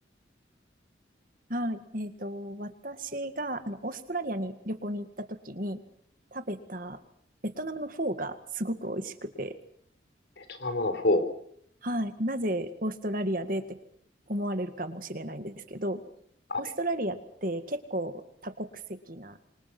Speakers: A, on the right (about 45°); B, on the left (about 65°).
A: はい。えっと、私が、あの、オーストラリアに旅行に行った時に食べたベトナムのフォーがすごく美味しくて、
B: ベトナムのフォー、
A: はい。なぜオーストラリアでって思われるかもしれないんですけど、
B: アベン
A: オーストラリアって結構多国籍な、